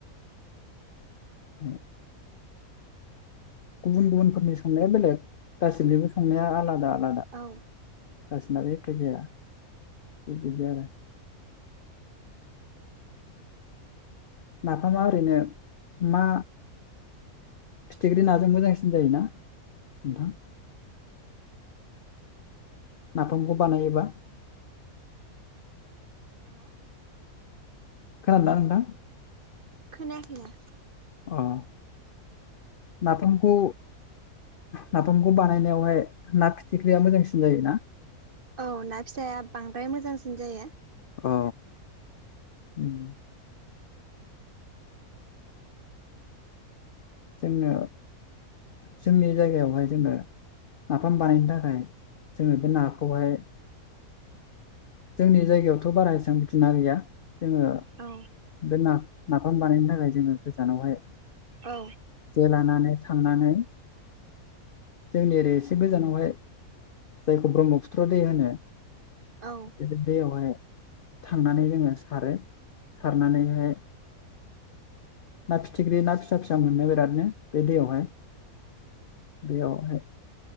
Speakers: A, on the left; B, on the right.
A: <inaudible> गुबुन गुबुनफोरनि संनाया बेलेग गासिनिबो संनाया आलादा। आलादा
B: औ।
A: गासिनाबो एखे जाया थिग बिदि आरो। नाफामा ओरैनो मा फिथिख्रि नाजों मोजांसिन जायोना नोंथां? नफामखौ बानायोबा
B: हा
A: खोनादोंना नोंथां?
B: खोनायाखैनो।
A: अ नफामखौ नाफामखौ बानायनायावहाय ना फिथिख्रिया मोजांसिन जायोना?
B: औ ना फिसाया बांद्राय मोजांसिन जायो।
A: अ उम जोंनो जोंनि जायगायावहाय जोंनो नाफाम बानायनो थाखाय जोङो बे नाखौहाय जोंनि जायगायावथ' बारा एसेबां बिदिना गैया जोङो
B: औ
A: बे नाफ नाफाम बानायनो थाखाय जोङो गोजानावहाय
B: औ
A: जे लानानै थांनानै जोंनि ओरै एसे गोजानावहाय जायखौ ब्रह्मपुत्र दै होनो
B: औ
A: बे दैयावहाय थांनानै जोङो सारो सारनानैहाय ना फिथिख्रि ना फिसा फिसा मोनो बेरादनो बे दैयावहाय बेयाव हाय